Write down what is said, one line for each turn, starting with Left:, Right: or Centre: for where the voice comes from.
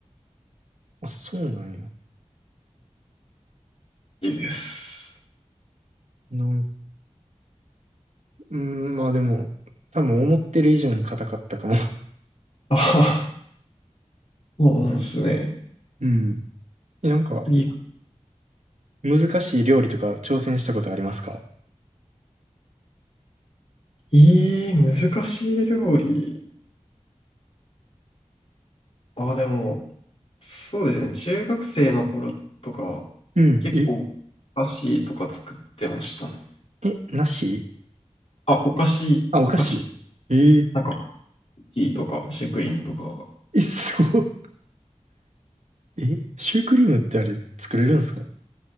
Right: あ、そうなんや。
Left: りです。
Right: なん、うん、まあでも、多分思ってる以上に硬かったかも。
Left: ああ、<laughs> そうなんですね。
Right: <laughs> うん。<laughs> え、なんか、
Left: 次、
Right: 難しい料理とか挑戦したことありますか
Left: ええー難しい料理。あ、でも、そうですね。中学生の頃とか
Right: うん。
Left: 結構、
Right: え、
Left: お菓子とか作ってましたね。
Right: え、なし
Left: あ、お菓子、
Right: あ、お菓子ええ
Left: お菓子。なんか、クッキーとか、シュークリームとか、
Right: え、すごっ。え、シュークリームってあれ作れるんですか